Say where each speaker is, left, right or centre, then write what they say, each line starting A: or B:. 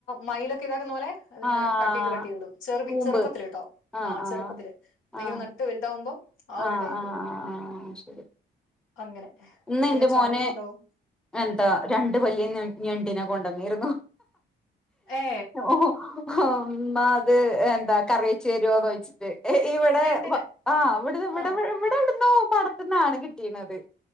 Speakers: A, on the left; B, in the centre.
A: മൈലൊക്കെ ഇതാക്കുന്ന പോലെ അതിങ്ങനെ
B: ആഹ്
A: കട്ട് ചെയ്ത് കട്ട് ചെയ്തിടും ചെറു പി
B: കൂമ്പ്
A: ചെറുപ്പത്തിൽ കേട്ടോ
B: ആഹ്
A: ആ
B: ആഹ്
A: ചെറുപ്പത്തില് അതിങ്ങനെ
B: ആഹ്
A: നട്ടു ട്ട് വലുതാവുമ്പോ ആ ഒരു
B: ആഹ്
A: ടൈമില്
B: ആഹ് ആ ആഹ് ആ ശരി
A: അങ്ങനെ
B: ഇന്ന്
A: പിന്നെ
B: എന്റെ മോൻ
A: ചാഴി ഉണ്ടാവും
B: എന്താ രണ്ടു വല്യ ഞെ ഞെണ്ടിനെ കൊണ്ടന്നിരുന്നു
A: ഏ
B: ഓ ഉമ്മ ഇത് എന്താ കറി വച്ച് താരോന്ന് ചോയ്ച്ചു ഇവിടെ
A: ഞണ്ടിന്
B: വ ആ ഇവിട്ന്ന് ഇവിടെ
A: ആ
B: ഇവിടെ ഇവിടെട്ന്നൊ പടത്തിന്നാണ് കിട്ടീയിണത്